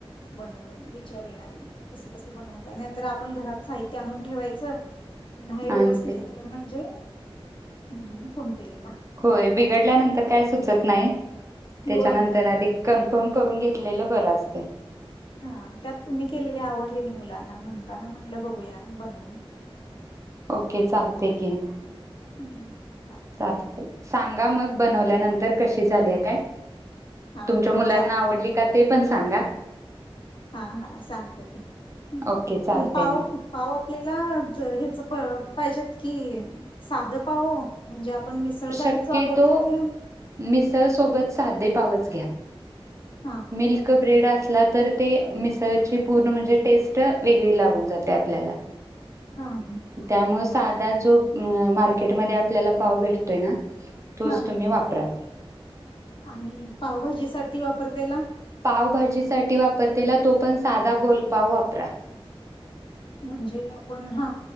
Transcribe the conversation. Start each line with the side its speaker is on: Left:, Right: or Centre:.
Left: बनवूंन विचारूंया आंधी कसं कसं बनवतांय नाहीं तरं आपणं घरांत साहित्यं आणूंन ठेवायचं. नाहीं व्यवस्थित
Right: आणि ते
Left: झालं म्हणजे म्हणूंन फोन केलेला
Right: होयं बिघडल्यानंतर कायं सुचतं नाहीं त्यांच्यानंतर
Left: होय
Right: अधिक कन्फर्म करूंन घेतलेलं बरं असतंय.
Left: हां त्यांत तुम्हीं केलेली आवडलेली मुलांना म्हणतांना म्हणलं बघूंया बनवूंन
Right: ओके चालतंय की
Left: हम्मं
Right: चालतंय सांगा मगं बनवल्यानंतर कशी झाली आहे कायं
Left: हा
Right: तुमच्यां
Left: हा
Right: मुलांना
Left: चालते
Right: आवडली कां ते पणं सांगा.
Left: हां हां सांगतो की,
Right: ओके चालतंय
Left: पणं पांव?
Right: मग
Left: पांव आपल्यांला ह्यांचं पाहिजेत की, साधं पांव म्हणजे मिसळसाठीच
Right: शक्यतो,
Left: वापरतोय ते
Right: मिसळं सोबतं सांधे पावचं घ्यां.
Left: हा
Right: मिल्क ब्रेड
Left: आणि-
Right: असल्यांव तरं ते मिसळची पूर्ण म्हणजे, टेस्टं वेगळी लागूंन जाते आपल्यांला.
Left: हां हां
Right: त्यांमुळे सांधा जो मार्केटमध्यें आपल्यांला पांव भेटतोय नां, तोचं
Left: हा
Right: तुम्हीं वापरां.
Left: आणि पावभाजी सांठी वापरतेला?
Right: पावभाजी सांठी वापरतेला, तो पणं सांधा गोलपांव वापरा.
Left: म्हणजे आपणं हां,